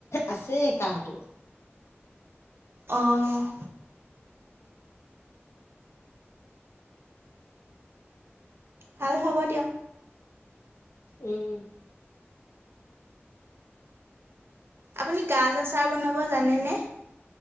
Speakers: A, on the left (about 75°); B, on the right (about 60°).
A: আছে কাঁহটো।
B: অ'। ভাল হ'ব দিয়ক।
A: উম।
B: আপুনি গাজ আচাৰ বনাব জানেনে?